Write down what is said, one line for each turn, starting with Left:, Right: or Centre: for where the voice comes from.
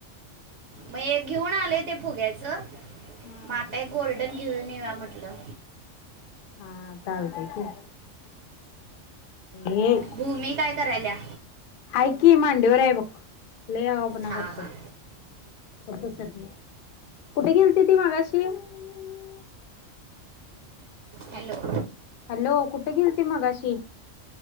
Right: मग एक घेऊन आलय ते फुग्याचं.
Left: हा.
Right: मग आता एक गोल्डन घेऊन येऊया म्हटलं.
Left: हा चालतंय की. हे
Right: भूमी काय करायल्या?
Left: हाय की मांडीवर हाय बघ. लय आगाऊपणा
Right: हां
Left: करत्या
Right: हां
Left: गप्प बसत नाही. कुठे गेलती ती मगाशी? <unintelligible>
Right: हॅलो.
Left: हॅलो कुठे गेलती मगाशी